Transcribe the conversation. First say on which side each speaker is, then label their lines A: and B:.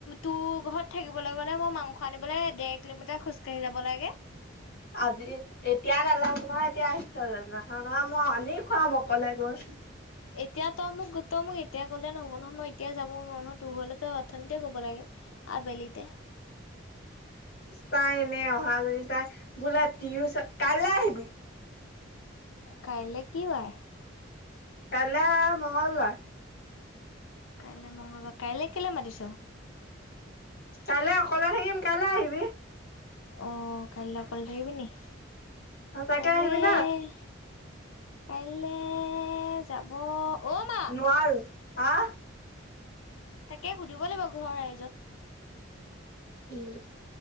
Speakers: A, on the left (about 85°); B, on the left (about 50°).
A: তোৰ ঘৰত থাকিব। গলে বোলে মই মাংস আনিবলৈ ডেৰ কিলোমিটাৰ খোজকাঢ়ি যাব লাগে।
B: আজি এতিয়া নালাম নাহ এতিয়া। নাহা না, মই আনি খুৱাম অকলে গৈ।
A: এতিয়া তই মোক, তই মোক এতিয়া কলে নহ'ব নহয়ই এতিয়াই যাম। মোৰ মনত হবলে অথনিতে ক'ব লাগে আবেলিতে।
B: তাই এনে অহা জনী তাই বোলো তিও কাইলৈ আহিবি।
A: কাইলে কি বাৰ?
B: কাইলৈ মঙ্গলবাৰ।
A: কাইলে মঙ্গলবাৰ, কাইলে কে'লে মাতিছ?
B: কাইলৈ অকলে থাকিম কাইলৈ আহিবি।
A: অ, কাইলৈ অকলে থাকিবি নেকি,
B: সঁচাকে
A: কাইলৈ?
B: আহিবি না
A: কাইলে যাব অ মা
B: নোৱাৰো হা।
A: তাকে সুধিব লাগিব ঘৰৰ ৰাইজক।
B: উম।